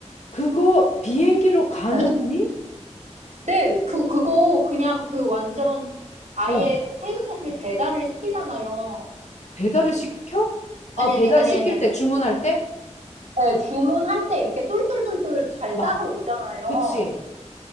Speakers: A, on the left (about 70°); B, on the right (about 80°).
A: 그거 비행기로 가능하니?
B: 네. 네, 그, 그거 그냥 그 완전 아예
A: 어.
B: 새우젓을 배달을 시키잖아요.
A: 배달을 시켜? 아,
B: 아니,
A: 배달
B: 아니, 아니,
A: 시킬
B: 아니, 아니.
A: 때 주문할 때?
B: 네, 주문할 때 이렇게 똘똘똘똘 잘
A: 막,
B: 싸서 오잖아요.
A: 그치.